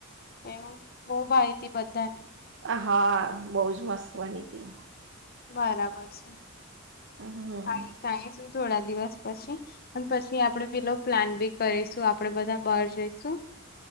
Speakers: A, on the left (about 45°); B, on the right (about 60°).
A: એવું બહ ભાઈ હતીી બધાને
B: હા બહ જ મસ્ત બની હતી
A: બરાબર છે
B: હમ
A: સાઈ સાઈ શું થોડા દિવસ પછી અને પછી આપડે પેલો પ્લાન બી કરીશું આપડે બધા બહાર જઈશું